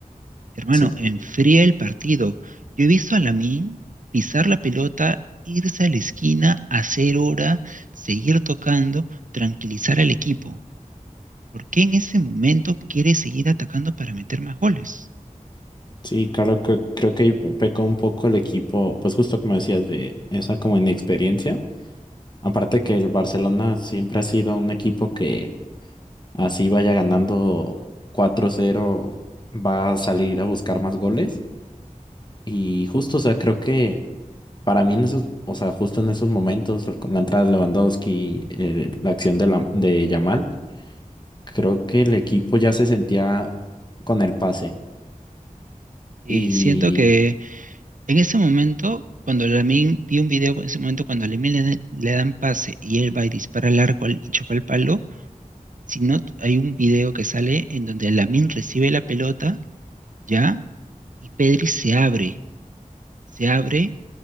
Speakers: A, on the right (about 70°); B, on the left (about 30°).
A: Hermano,
B: Sí,
A: enfría el partido. Yo he visto a Lamine pisar la pelota, irse a la esquina, hacer hora, seguir tocando, tranquilizar al equipo. ¿Por qué en ese momento quiere seguir atacando para meter más goles?
B: sí, claro que creo que ahí pecó un poco el equipo, pues justo como decías, de esa como inexperiencia Aparte que el Barcelona siempre ha sido un equipo que así vaya ganando cuatro cero va a salir a buscar más goles. Y justo, o sea, creo que para mí en esos, o sea, justo en esos momentos, con la entrada de Lewandowski, eh, la acción de, la, de Yamal, creo que el equipo ya se sentía con el pase.
A: Y
B: Y
A: siento que en ese momento, cuando Lamine, vi un video en ese momento cuando a Lamine le, le dan pase y él va y dispara al arco al- y choca el palo, si no, t- hay un video que sale en donde Lamine recibe la pelota, ya, y Pedri se abre, se abre